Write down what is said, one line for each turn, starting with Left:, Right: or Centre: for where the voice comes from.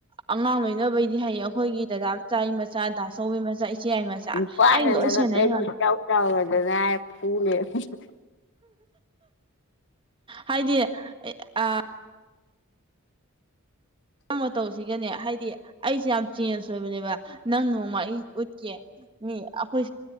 Right: ꯑꯉꯥꯡ ꯂꯣꯏꯅꯕꯩꯗꯤ ꯍꯩ ꯑꯩꯈꯣꯏꯒꯤ ꯗꯗꯥ ꯃꯆꯥ ꯗꯥꯆꯧꯒꯤ ꯃꯆꯥ ꯏꯆꯦ ꯌꯥꯏ ꯃꯆꯥ
Left: ꯅꯨꯄꯥꯅ
Right: ꯑꯩꯩꯅ ꯂꯣꯏ
Left: ꯅꯉꯛ
Right: ꯁꯦꯟꯅꯩ
Left: ꯂꯩꯔꯨ
Right: ꯉ
Left: <unintelligible>
Right: ꯍꯥꯏꯗꯤ ꯑ ꯃꯑꯣꯡ ꯃꯇꯧꯁꯤꯒꯅꯦ ꯍꯥꯏꯗꯤ ꯑꯩꯁꯦ ꯌꯥꯝ ꯆꯦꯟꯖ ꯑꯣꯏꯕꯅꯦꯕ ꯅꯪ ꯅꯣꯡꯃ ꯑꯩ ꯎꯠꯀꯦ ꯃꯤ ꯑꯩꯈꯣꯏ